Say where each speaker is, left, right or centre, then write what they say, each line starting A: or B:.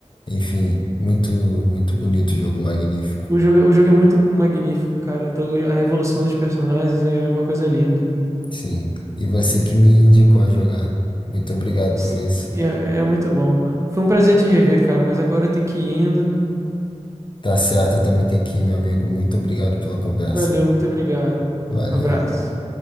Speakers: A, on the left; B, on the right.
A: enfim, muito, muito bonito o jogo, magnífico.
B: O jogo, é- o jogo é muito magnífico, cara. Então, A evolução dos personagens é uma coisa linda.
A: Sim, e você que me indicou a jogar. Muito obrigado
B: Se-
A: por isso.
B: É, é muito bom. Foi um prazer te rever, cara, mas agora eu tenho que ir indo.
A: Tá certo, eu também tenho que ir, meu amigo. Muito obrigado pela conversa.
B: Valeu, muito obrigado.
A: Valeu.
B: Abraço.